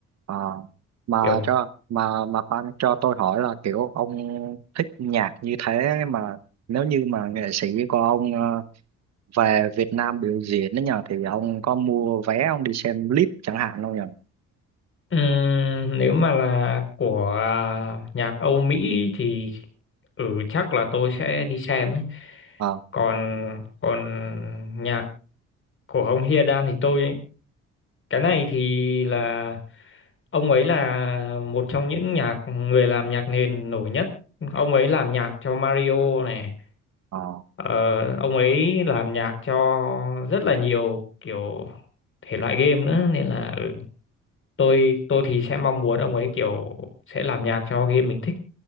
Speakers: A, on the right; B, on the left.
A: Ờ, mà
B: kiểu
A: cho mà mà fan cho tôi hỏi là kiểu ông thích nhạc như thế mà nếu như mà nghệ sĩ của ông ờ, về Việt Nam biểu diễn đấy nhờ thì ông có mua vé ông đi xem clip chẳng hạn không nhờ
B: ừm, nếu mà là của à, nhạc Âu Mỹ thì ừ chắc là tôi sẽ đi xem ấy
A: ờ
B: còn còn nhạc của ông Hyadan thì tôi cái này thì là ông ấy là một trong những nhạc người làm nhạc nền nổi nhất ông ấy làm nhạc cho Mario này
A: ờ
B: ờ, ông ấy làm nhạc cho rất là nhiều kiểu thể loại game nữa nên là ừ, tôi tôi thì sẽ mong muốn ông ấy kiểu sẽ làm nhạc cho game mình thích